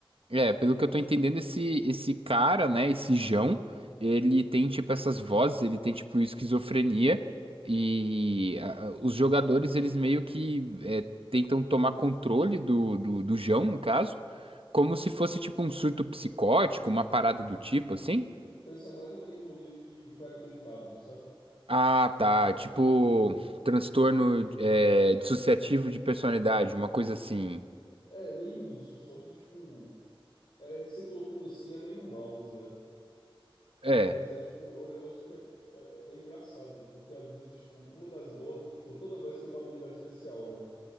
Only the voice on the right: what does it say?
É, pelo que eu tô entendendo, esse, esse cara, né? Esse João, ele tem, tipo, essas vozes, ele tem, tipo, esquizofrenia. E ah, os jogadores, eles meio que é, tentam tomar controle do, do, do João, no caso. Como se fosse tipo um surto psicótico, uma parada do tipo, assim?
Ah, tá. Tipo, transtorno é, dissociativo de personalidade, uma coisa assim.
É,